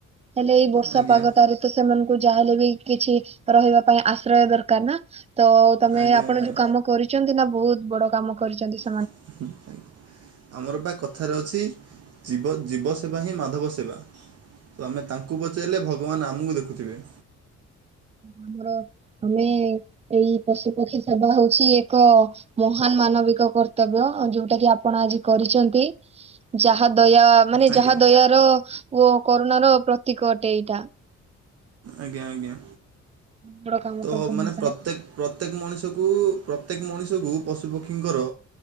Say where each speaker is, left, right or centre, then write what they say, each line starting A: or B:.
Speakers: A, on the right (about 20°); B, on the right (about 55°).
A: ହେଲେ ଏଇ ବର୍ଷା
B: ଆଜ୍ଞା
A: ପାଗଟାରେ ତ ସେମାନକୁ ଯାହା ହେଲେ ବି କିଛି ରହିବା ପାଇଁ ଆଶ୍ରୟ ଦରକାର ନା ତ ତମେ
B: ଆଜ୍ଞା
A: ଆପଣ
B: ଆଜ୍ଞା
A: ଯୋଉ କାମ କରିଚନ୍ତି ନା ବହୁତ ବଡ କାମ କରିଚନ୍ତି ସ୍
B: <unintelligible> ଆମର ବା କଥାରେ ଅଛି ଜୀବ ଜୀବ ସେବା ହିଁ ମାଧବ ସେବା। ତ ଆମେ ତାଙ୍କୁ ବଚେଇଲେ ଭଗବାନ ଆମକୁ ଦେଖୁଥିବେ।
A: ଆମର ଆମେ ଏଇ ପଶୁପକ୍ଷୀ ସେବା ହଉଚି ଏକ ମହାନ୍ ମାନବିକ କର୍ତ୍ତବ୍ୟ ଯୋଉଟା କି ଆପଣ ଆଜି କରିଚନ୍ତି। ଯାହା ଦୟା ମାନେ
B: ଆଜ୍ଞା
A: ଯାହା ଦୟାର ଗୋ କରୋନା ର ପ୍ରତୀକ ଅଟେ ଏଇଟା।
B: ଆଜ୍ଞା ଆଜ୍ଞା
A: ବଡ କାମ
B: ତ
A: କରିଛନ୍ତି
B: ମାନେ
A: ସାର୍
B: ପ୍ରତେକ୍ ପ୍ରତେକ୍ ମଣିଷକୁ ପ୍ରତେକ୍ ମଣିଷକୁ ପଶୁପକ୍ଷୀଙ୍କର